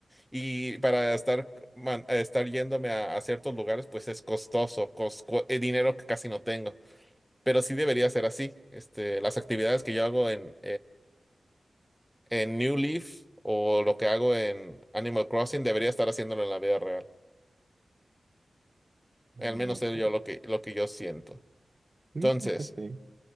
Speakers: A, in the centre; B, on the right (about 35°).
A: y para estar, man- a estar yéndome a, a ciertos lugares, pues es costoso, cos- cu- eh, dinero que casi no tengo, pero sí debería ser así. Este, las actividades que yo hago en, en New Leaf o lo que hago en Animal Crossing, debería estar haciéndolo en la vida real.
B: Mm,
A: Al menos
B: ok,
A: es yo lo que, lo que yo siento. Entonces,
B: Mm, pues sí.